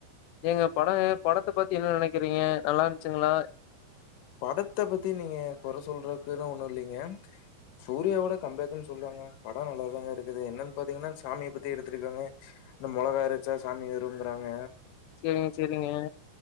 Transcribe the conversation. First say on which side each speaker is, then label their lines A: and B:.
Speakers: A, on the left (about 80°); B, on the left (about 65°).
A: எங்க படம் படத்தை பத்தி என்ன நினைக்கிறீங்க நல்லா இருச்சுங்களா
B: படத்தை பத்தி நீங்க குறை சொல்றக்குன்னு ஒண்ணும் இல்லைங்க சூர்யாவோட கம்பேக்ன்னு சொல்லுவாங்க படம் நல்லாதாங்க இருக்குது என்னன்னு பாத்தீங்கன்னா சாமியை பத்தி எடுத்திருக்காங்க இந்த மொளகா எறச்சா சாமி ஏருங்கிறாங்க
A: சேரிங்க சேரிங்க